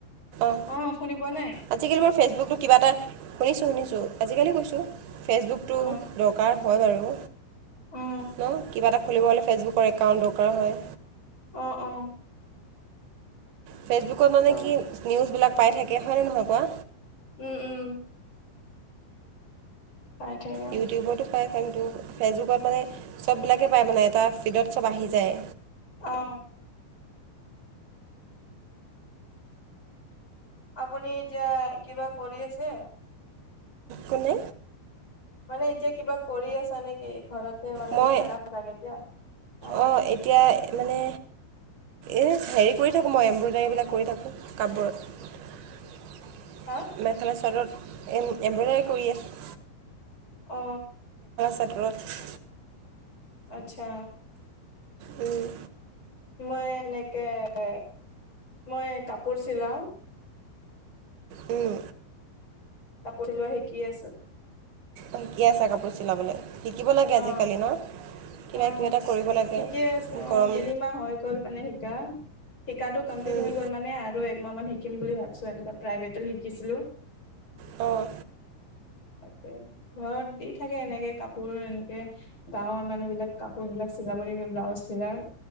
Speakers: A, on the right; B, on the left.
A: অঁ
B: অ', শুনি পোৱা নাই?
A: আজিকালি বাৰু ফেচবুকটো কিবা এটা শুনিছোঁ, শুনিছোঁ, আজিকালি কৈছোঁ ফেচবুকটো
B: অ
A: দৰকাৰ,। হয় বাৰু
B: অ
A: ন, কিবা এটা খুলিব হ'লে ফেচবুকৰ একাউণ্ট দৰকাৰ হয়
B: অহ অ
A: ফেচবুকত মানে
B: হয়
A: কি নিউজ বিলাক পাই থাকে হয় নে নহয় কোৱা,
B: উম উম পাই থাকে
A: ইউটিউবতো পাই, কিন্তু ফেচবুক মানে চব বিলাকে পায় মানে এটা ফিডত চব আহি যায়
B: অহ আপুনি এতিয়া কিবা কৰি আছে?
A: মানে?
B: মানে এতিয়া কিবা কৰি আছা নেকি ঘৰত? ঘৰত
A: মই
B: এনেই থাকা চাগে এতিয়া অ'
A: অঁ এতিয়া মানে এই হেৰি কৰি থাকো মই এমব্ৰইডাৰীবিলাক কৰি থাকো কাপোৰত
B: হা
A: মেখেলা চাদৰত এম এমব্ৰইডাৰী কৰি আছো
B: অ
A: কাপোৰত?
B: আচ্ছা
A: উম'
B: মই এনেকে অ মই কাপোৰ চিলাও
A: উম
B: কাপোৰ চিলোৱা শিকি আছো
A: শিকি আছা কাপোৰ চিলাবলৈ? শিকিব লাগে আজিকালি
B: অ
A: ন,। কিবা
B: অ',
A: কিবি এটা কৰিব লাগে
B: শিকি আছোঁ, অ',
A: গৰম
B: তিনিমাহ হৈ গ'ল মানে শিকা,। শিকাটো কমপ্লিট
A: উম,
B: হৈ গ'ল মানে আৰু একমাহ মান শিকিম বুলি ভাবিছোঁ, এনেকুৱা প্ৰাইভেটত শিকিছিলোঁ,।
A: অ',
B: হম', ঘৰত দি থাকে এনেকে কাপোৰ এনে',। তাকে গাঁৱৰ মানে বিলাক কাপোৰ বিলাক চিলাব লাগিব ব্লাউজ বিলাক,।